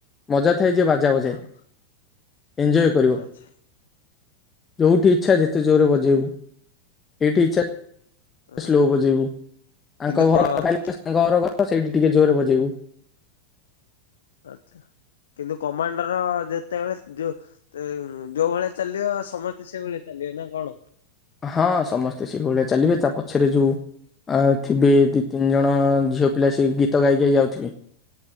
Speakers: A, on the left; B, on the left.
A: ମଜା ଥାଏ ଯେ ବାଜା ବଜାଏ।
B: ହଁ
A: ଏଞ୍ଜୟ କରିବ।
B: ଆଚ୍ଛା
A: ଯୋଉଠି ଇଚ୍ଛା ଯେତେ ଜୋରରେ ବଜେଇବୁ। ସେଇଠି ଇଚ୍ଛା
B: ହଁ
A: ସ୍ଲୋ ବଜେଇବୁ,
B: କିନ୍ତୁ
A: ଆଙ୍କ ଘର
B: କ
A: <unintelligible> ହଁ ସେଇଠି ଟିକେ ଜୋରେ ବଜେଇବୁ।
B: ଆଚ୍ଛା। କିନ୍ତୁ କମାଣ୍ଡର ଯେତେବେଳେ ଯୋଉ ଉଁ ଯୋଉ ଭଳିଆ ଚାଲିବ, ସମସ୍ତେ ସେଇଭଳିଆ ଚାଲି ନିଏ ନା କଣ?
A: ହଁ ସମସ୍ତେ ସେଇଭଳିଆ ଚାଲିବେ, ତା ପଛରେ ଯୋଉ ଆ ଥିବେ ଦି ତିନି ଜଣ ଝିଅ ପିଲା ସେଇ ଗୀତ ଗାଇ ଗାଇ ଯାଉଥିବେ।